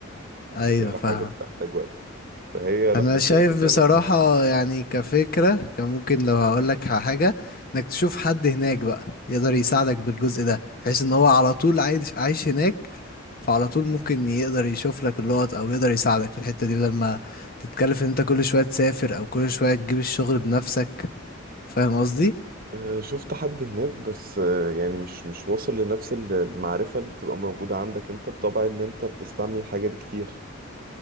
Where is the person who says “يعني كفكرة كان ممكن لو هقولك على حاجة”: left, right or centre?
Left